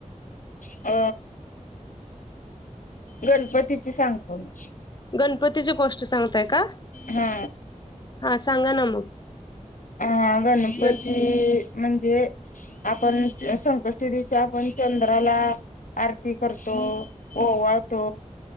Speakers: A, on the left (about 85°); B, on the left (about 35°).
A: अ. गणपतीची सांगतो मी.
B: गणपतीची गोष्ट सांगताय का?
A: हा
B: हा सांगा ना मग
A: हा गणपती
B: गणपतीची
A: म्हणजे. आपण संकष्टी दिवशी आपण चंद्राला. आरती करतो. ववाळतो